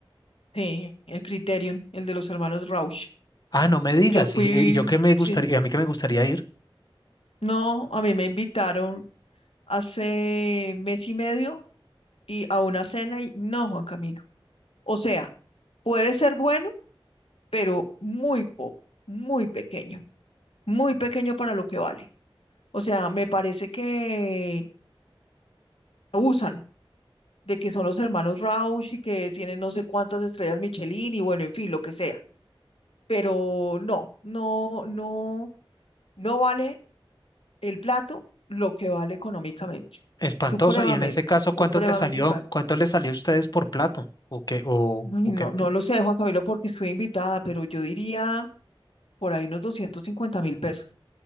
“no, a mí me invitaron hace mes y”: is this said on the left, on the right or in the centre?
Left